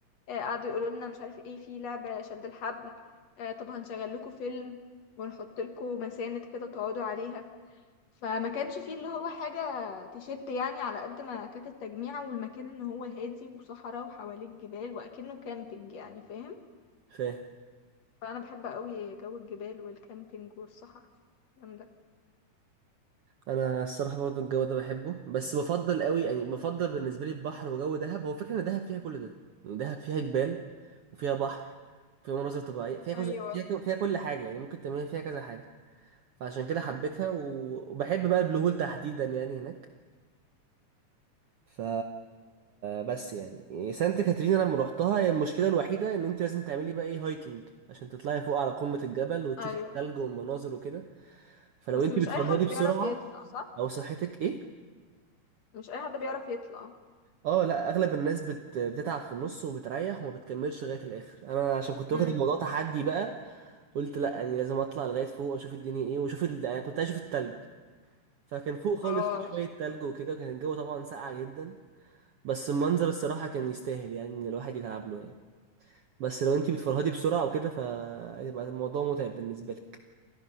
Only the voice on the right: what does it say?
فاهم
انا الصراحة برضه الجو ده بحبه بس بفضل قوي يعني بفضل بالنسبة لي البحر وجو دهب هو فكرة ان دهب فيها كل ده يعني دهب فيها جبال وفيها بحر وفيها مناظر طبيعية فيها كذا
فيها, ك... فيها كل حاجة يعني ممكن تعملي فيها كذا حاجة فعشان كده حبيتها و... وبحب بقى البلو هول تحديدا يعني هناك ف بس يعني سانت كاترين انا لما روحتها هي المشكله الوحيده ان انت لازم تعملي بقى ايه هايكنج عشان تطلعي فوق على قمه الجبل وتشوفي
الثلج والمناظر وكده فلو
انت
بتفرهدي
بسرعه
او صحتك ايه
اه لا اغلب الناس بت... بتتعب في النص وبتريح وما بتكملش لغايه الاخر انا عشان كنت
واخد الموضوع تحدي بقى قلت لا يعني لازم اطلع لغايه فوق واشوف الدنيا ايه واشوف ال... يعني كنت عايز اشوف الثلج فكان فوق خالص
في شويه ثلج وكده وكان الجو طبعا ساقع جدا بس المنظر الصراحه كان يستاهل يعني ان الواحد يتعب له يعني بس لو انتي بتفرهدي بسرعة وكده فهيبقى الموضوع متعب بالنسبة لك